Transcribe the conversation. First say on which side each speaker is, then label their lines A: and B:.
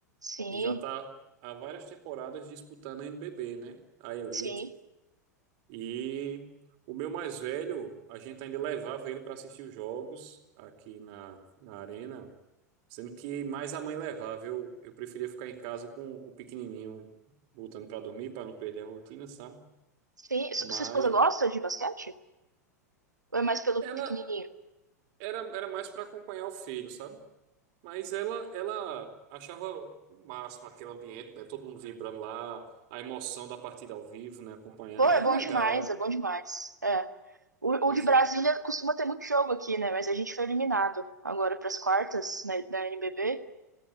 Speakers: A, on the right; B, on the right.
A: Sim,
B: que já está há várias temporadas disputando a NBB, né? A Elite.
A: sim,
B: E o meu mais velho, a gente ainda levava ele para assistir os jogos aqui na, na arena, sendo que mais a mãe levava. Eu, eu preferia ficar em casa com o pequenininho, botando para dormir, para não perder a rotina, sabe?
A: sim. Su-
B: Mas
A: Sua esposa gosta de basquete? Ou é mais pelo
B: ela
A: pequenininho?
B: era, era mais para acompanhar o filho, sabe? Mas ela, ela achava o máximo aquele ambiente, né? Todo mundo vibrando lá, a emoção da partida ao vivo, né? Acompanhar
A: Pô, é
B: é
A: bom
B: legal.
A: demais, é bom demais. É. O,
B: Pois
A: o de Brasília
B: é.
A: costuma ter muito jogo aqui, né? Mas a gente foi eliminado agora para as quartas, né, da NBB.